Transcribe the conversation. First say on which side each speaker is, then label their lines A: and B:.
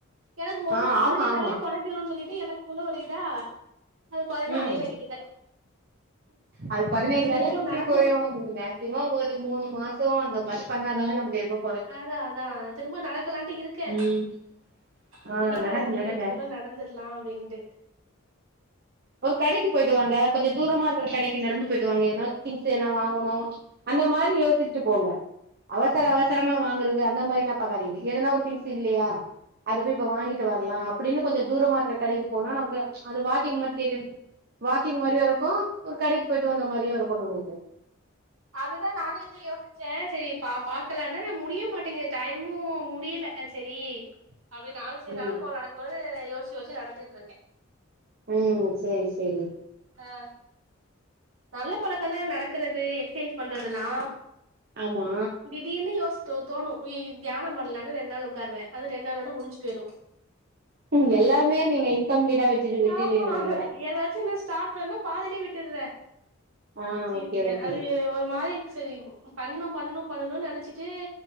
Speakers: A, on the right (about 75°); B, on the right (about 50°).
A: எனக்கு ஒருந்து
B: ஆ
A: பதினேழுனால்யே
B: ஆமா ஆமா
A: குறைஞ்சிரு சொல்லிட்டு எனக்குள்ள ஒரு இதா அது கொறையனு
B: ம்
A: அதையு நா விட்டுட்டே
B: அது பதினேழு
A: இப்ப
B: நாள்ல
A: திரும்பவு
B: இப்படி
A: நடக்கணு
B: குறையும்ங்க சிம ஒரு மூணு மாசோ அந்த மாரி பண்ணாதாங்க நமக்கு ஏதோ
A: அதா அதா திரும்ப நடக்கலாண்ட இருக்கே
B: ம்
A: <inaudible>
B: ஆ
A: இன்னைக்கி
B: நடங்க நடங்க
A: கொஞ்ச தூரோ நடந்துற்லா அப்டின்ட்டு
B: ஒரு கடைக்கு போய்ட்டு வாங்க கொஞ்சோ தூரமா இருக்கற கடைக்கு நடந்து போய்ட்டு வாங்க எதன திங்ஸ் எதன வாங்கணு அந்த மாரி யோசிச்சுட்டு போங்க அவசர அவசரமா வாங்குறது அந்த மாரினா பாக்காதீங்க எதன ஒரு திங்ஸ் ஸு இல்லியா அது <inaudible> இப்ப வாங்கிட்டு வர்லா அப்டின்னு கொஞ்சோ தூரமா இருக்க கடைக்கு போனா நமக்கு அது வாக்கிங் மட் <unintelligible> வாக்கிங் மாரியு இருக்கு ஒரு கடைக்கு போயிட்டு வந்த மாரியு இருக்கு நம்பளுக்கு
A: அததா நானு எங்குளு யோசிச்சே செரி பாக்கலாம்னா நா முடிய மாட்டேங்குது டைமு முடியில செரி அப்டி நானு செரி
B: ம்
A: நடக்கு நடக்குனு யோசி யோசிச்சு நடத்திட்டு இருக்கே
B: ம் செரி சேரி
A: அ நல்ல பழக்க தா நடக்குறது எக்சஸ் பண்றதெல்லா
B: ஆமா
A: திடீர்னு யோஸ் தோ தோணு <unintelligible> தியானோ பண்ணலான்னு ரெண் நாள் ஒக்காருவே அது ரெண் நாளோட முடிஞ் சு பேரு
B: ம் எல்லாமே நீங்க இன்கம்ப்ளீட்டா வச்சுட்டு விட்டுடுவீங்கன்னு
A: ஆமா
B: நெனைக்கிறே
A: ஏதாச்சு நா ஸ்டார்ட் பண்ணா பாதிலே விட்டுறே
B: ஆ
A: <unintelligible>
B: ஓகே ஓகே
A: அது ஒரு மாதிரி இருக்கு செரி பண்ணு பண்ணணு பண்ணணுனு நெனைச்சிட்டு